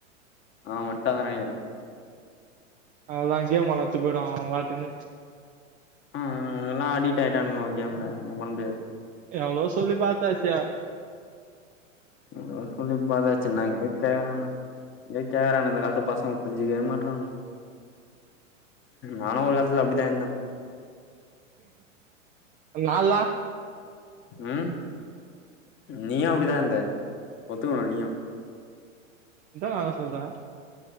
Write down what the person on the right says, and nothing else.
அவ்ளதா கேம் வெளாட்த்துக் போய்டுவாங்க அவ்ங்க பாட்டுகுனு
எவ்ளவோ சொல்லி பாத்தாச்சு
நால்லா
அத்தா நானு சொல்றே